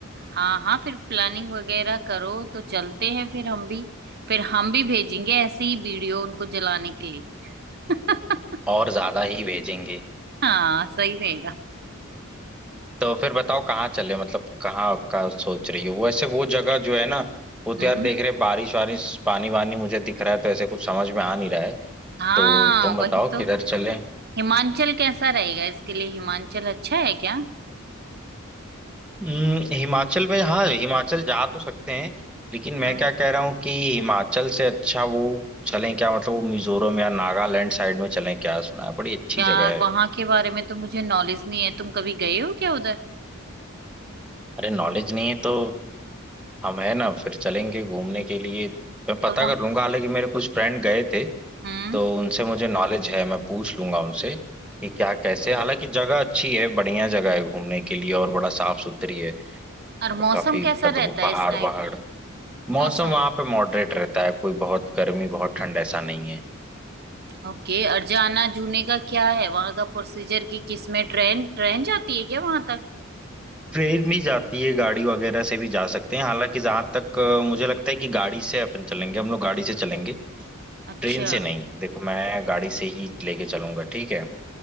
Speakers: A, on the right (about 50°); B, in the centre.
A: हाँ हाँ फिर प्लानिंग वगैरह करो तो चलते हैं फिर हम भी फिर हम भी भेजेंगे ऐसे ही वीडियो उनको जलाने के लिए <laughs>
B: और ज्यादा ही भेजेंगे
A: हाँ सही रहेगा
B: तो फिर बताओ कहाँ चले मतलब कहाँ आपका सोच रही हो वैसे वो जगह जो है ना वो तो
A: हम्म
B: यार देख रहे बारिश वारिश पानी वानी मुझे दिख रहा है तो ऐसे कुछ समझ में आ नहीं रहा है
A: हाँ
B: तो तुम बताओ
A: वही तो
B: किधर चले
A: हिमाचल कैसा रहेगा इसके लिए हिमाचल अच्छा है क्या
B: हम्म, हिमाचल में हाँ हिमाचल जा तो सकते हैं लेकिन मैं
A: हाँ।
B: क्या कह रहा हूँ कि हिमाचल से अच्छा वो चलें क्या मतलब वो मिजोरम या नागालैंड साइड में चलें क्या सुना है बड़ी अच्छी
A: यार
B: जगह है
A: वहां के बारे में तो मुझे नॉलेज नहीं है तुम कभी गए हो क्या उधर
B: अरे नॉलेज नहीं है तो हम है ना फिर चलेंगे घूमने के लिए मैं पता
A: तो वहां
B: कर लूंगा हालांकि मेरे कुछ फ्रेंड गए थे
A: हम्म
B: तो उनसे मुझे नॉलेज है मैं पूछ लूंगा उनसे कि क्या कैसे हालांकि जगह अच्छी है बढ़िया जगह है घूमने के लिए और बड़ा साफ सुथरी है
A: और
B: और
A: मौसम
B: काफी
A: कैसा
B: मतलब
A: रहता
B: वो
A: है
B: पहाड़
A: इस टाइम
B: पहाड़ मौसम
A: मौसम
B: वहां पे मॉडरेट रहता है कोई बहुत गर्मी बहुत ठंड ऐसा नहीं है
A: ओके और जाना जूने का क्या है वहां का प्रोसीजर की किस में ट्रेन ट्रेन जाती है क्या वहां तक
B: ट्रेन भी जाती है गाड़ी वगैरह से भी जा सकते हैं हालांकि जहां तक अ, मुझे लगता है कि गाड़ी से अपन चलेंगे हम लोग गाड़ी से चलेंगे
A: अच्छा
B: ट्रेन से नहीं देखो मैं गाड़ी से ही लेके चलूंगा ठीक है